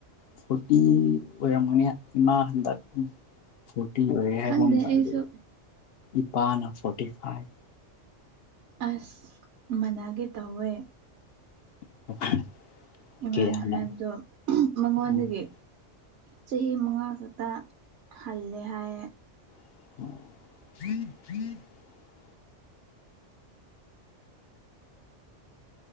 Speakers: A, on the left; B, on the right.
A: ꯐꯣꯔꯇꯤ ꯑꯣꯏꯔꯃꯅꯤ ꯏꯃꯥ ꯍꯟꯗꯛ ꯐꯣꯔꯇꯤ ꯑꯣꯏ ꯍꯥꯏꯒꯨꯝ
B: ꯈꯪꯗꯦ
A: ꯇꯧꯋꯦ
B: ꯑꯩꯁꯨ
A: ꯏꯄꯥꯅ ꯐꯣꯔꯇꯤ ꯐꯥꯏꯚ
B: ꯑꯁ ꯃꯅꯥꯒꯦ ꯇꯧꯋꯦ
A: <unintelligible>
B: ꯏꯃꯥꯅ
A: ꯀꯦ ꯍꯥꯟꯅ
B: ꯍꯥꯏꯕꯗꯣ ꯃꯉꯣꯟꯗꯒꯤ
A: ꯍꯜꯂꯣ
B: ꯆꯍꯤ ꯃꯉꯥ ꯈꯛꯇ ꯍꯜꯂꯦ ꯍꯥꯏꯌꯦ
A: <unintelligible>